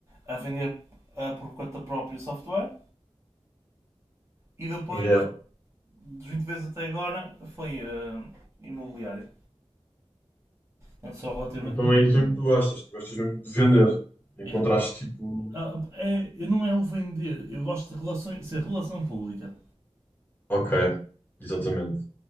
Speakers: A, on the right; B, on the left.
A: a vender a por conta própria o software. E depois,
B: Yeah.
A: dos 20 vezes até agora, foi ah, imobiliário. Portanto, só relativamente
B: Então
A: novo.
B: é isso
A: ainda.
B: mesmo que tu gostas. Tu gostas mesmo de vender. Encontraste
A: Yeah.
B: tipo.
A: Ah, é- eu não é o vender, eu gosto de relações, ser relação pública,
B: Ok. Exatamente.